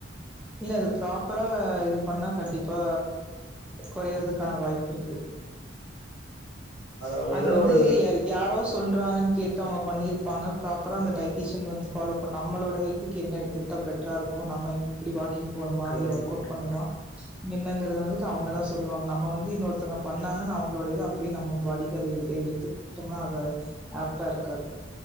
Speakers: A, in the centre; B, on the left.
A: இல்ல இது ப்ராப்பரா இது பண்ணா கண்டிப்பா கொறையறதுக்கான வாய்ப்பு இருக்கு
B: அவர்
A: அது
B: ஏதோ
A: வந்து
B: ஒரு
A: யா யாரோ சொல்றாங்கன் கேட்டு அவுங்க பண்ணியிருப்பாங்க ப்ராப்பரா அந்த டைட்டிஷன் வந்து ஃபாலோ பண்ண நம்மளோட ஹெல்த்து என்ன எடுத்துட்டா பெட்டரா இருக்கும் நம்ம இப்டி வாக்கிங் போணுமா
B: correct
A: இல்ல work
B: correct
A: out பண்ணுமா
B: correct
A: என்னங்கிறது வந்துட்டு அவுங்கதான் சொல்லுவாங்க நம்ம வந்து இன்னொருத்தவங்க பண்ணாங்கனு அவுங்களோடைய இத அப்டியே நம்ம பாடி அத எ எடுத்துட்டோம்னா அத ஆப்டா இருக்காது